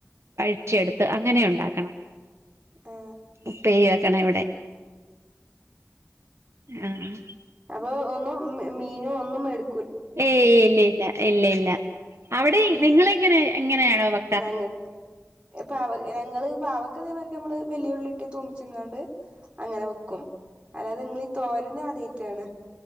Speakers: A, on the right; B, on the right.
A: വയറ്റിയെട്ത്ത് അങ്ങനെ ഉണ്ടാക്കണം
B: ആ
A: ഉപ്പേരി വെക്കണ ഇവിടെ ആഹ് ആഹ്
B: അപ്പോ ഒന്നും മ് മീനും ഒന്നും മേട്
A: ഏയ്, ഇല്ല ഇല്ല ഇല്ല ഇല്ല അവടെ നിങ്ങളെങ്ങനെ എങ്ങനെയാണോ വെ
B: ഞങ്ങക്ക് ഇപ്പാവ ഞങ്ങള് പാവക്ക തേമാര്ക്ക് നമ്മള് വലിയ ഉള്ളിട്ട് തൂമിച്ച്ങ്ങാണ്ട് അങ്ങനെ വെക്കും. അല്ലാതെ ഇങ്ങളീ തോരന് അതേറ്റാണ്